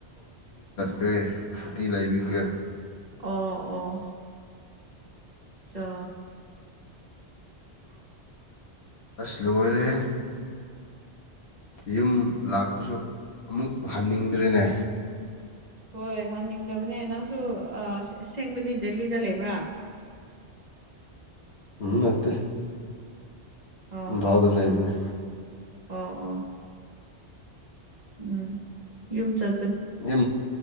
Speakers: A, on the left; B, on the right.
A: ꯀꯦ ꯁꯨꯇꯤ ꯂꯩꯕꯤꯒꯦ
B: ꯑꯣ ꯑꯣ ꯆ
A: ꯑꯁ ꯂꯣꯏꯔꯦ ꯌꯨꯝ ꯂꯥꯛꯄꯁꯨ ꯑꯃꯨꯛ ꯍꯟꯅꯤꯡꯗ꯭ꯔꯦꯅꯦ
B: ꯍꯣꯏ ꯍꯅꯤꯡꯗꯕꯅꯦ ꯅꯪꯁꯨ ꯑꯁꯦꯡꯕꯗꯤ ꯗꯦꯜꯂꯤꯗ ꯂꯩꯕ꯭ꯔꯥ <unintelligible> <unintelligible>
A: ꯎꯠꯇ
B: ꯑꯣ
A: ꯝꯐꯥꯎꯗ
B: ꯑꯣ
A: ꯂꯩꯕꯅꯤ
B: ꯑꯣ ꯑꯣ ꯎꯝ ꯌꯨꯝ ꯆꯠ
A: ꯌ